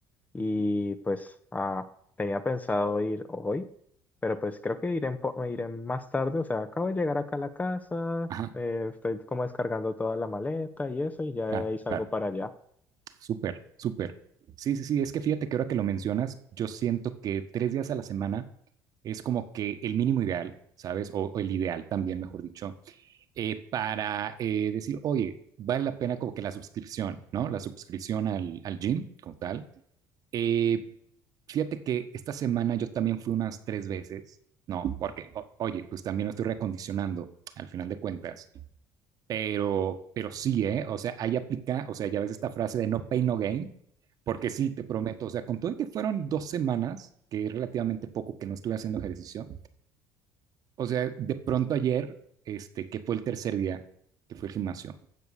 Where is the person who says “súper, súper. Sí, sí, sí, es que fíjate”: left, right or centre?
Right